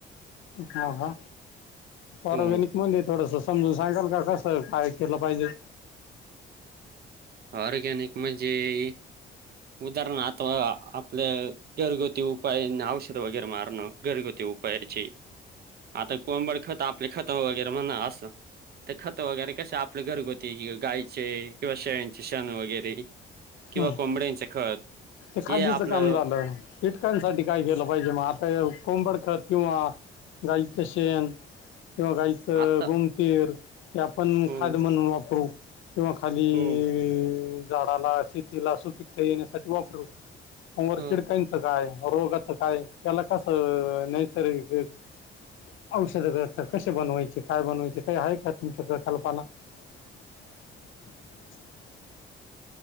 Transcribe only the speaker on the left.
हा हा ऑरगॅनिक
म्हणेज थोडस. समजून सांगाल का कसं काय केलं पाहिजे?
हं.
ते खादीच
काम झालं. किटकांसाठी काय केलं पाहिजे? मग आता कोंबड खत किंवा गाईचं शेण किंवा गाईचं
गुमतीर. - हि आपण
खाद म्हणून वापरू. किंवा खाली
झाडाला शेतीला सुपिकता येण्यासाठी वापरू. मग वर
किडकांचं काय? रोगाच काय? त्याला कासं नैसर्गिक औषध घरात कसे बनवायचे? काय बनवायचे? काही आहे का तुमच्याकड कल्पना? <inaudible>